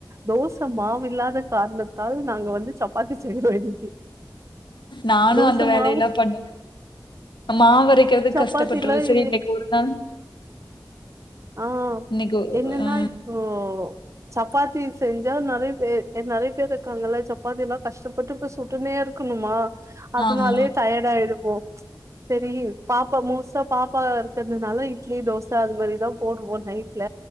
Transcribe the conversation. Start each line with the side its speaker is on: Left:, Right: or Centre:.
Right: தோச மாவு இல்லாத காரணத்தால் நாங்க வந்து சப்பாத்தி செஞ்சோ இன்னைக்கு
Left: நானு
Right: தோச
Left: அந்த வேலைையெல்லா
Right: மாவு
Left: பண்ணுவே மாவு அரைக் கெள்விட்
Right: சப்பாத்தில
Left: கஷ்டப்பற்றாலு சரி இன்னைக்கு ஒரு நாள்
Right: ஆ
Left: இன்னைக்கு
Right: என்னன்னா
Left: ஒ- ஆ
Right: இப்போ சப்பாத்தி செஞ்சா நறைய பேர் நறைய பேர் இருக்காங்கல்ல சப்பாத்தில்லா கஷ்டப்பட்டு தோச சுட்டுனே இருக்கணுமா அதனாலயே
Left: ஆமா
Right: டயர்ட் ஆயிடுவோ செரி பாப்பா மோஸ்டா பாப்பா இருக்கர்தனால இட்லி தோசை அது மாரிதா போடுவோ நைட்ல